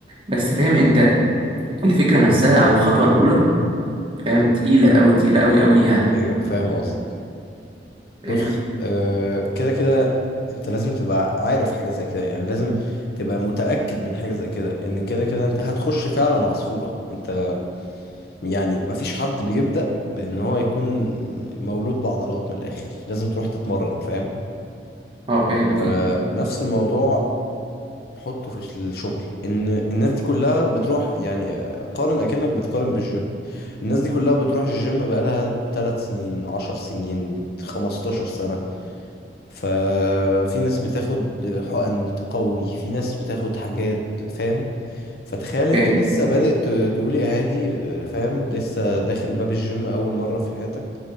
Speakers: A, on the right (about 30°); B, on the left (about 60°).
A: بس فاهم انت الفكره نفسها او الخطوه الاولى فاهم تقيله قوي تقيله قوي قوي يعني
B: ايوه فاهم قصدك
A: فاهم
B: بص آه، كده كده انت لازم تبقى عارف حاجه زي كده يعني لازم تبقى متاكد من حاجه زي كده ان كده كده انت هتخش فعلا عصفوره انت يعني مفيش حد بيبدا بان هو يكون مولود بعضلات من الاخر لازم تروح تتمرن فاهم
A: اه فاهم اكيد
B: فنفس الموضوع حطه في الشغل ان الناس دي كلها بتروح يعني قارن اكنك بتقارن بالجيم الناس دي كلها بتروح الجيم بقالها 3 سنين 10 سنين 15 سنة ففي ناس بتاخد حقن تقوي في ناس بتاخد حاجات فاهم فتخيل انت
A: فاهم
B: لسه بادئ ت- تقول يا هادي فاهم لسه داخل باب الجيم اول مرة في حياتك